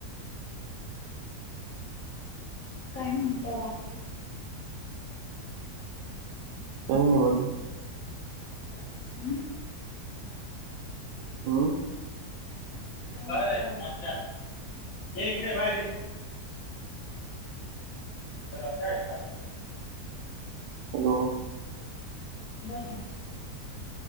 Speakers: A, on the left; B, on the right.
A: काय म्हणताय बाकी?
B: काय नाय बाकी
A: हम्म
B: हम्म
A: काय रे हर्ष्या ये इकडे बाहेर ये हर्षा आहे का?
B: हॅलो
A: बघ ना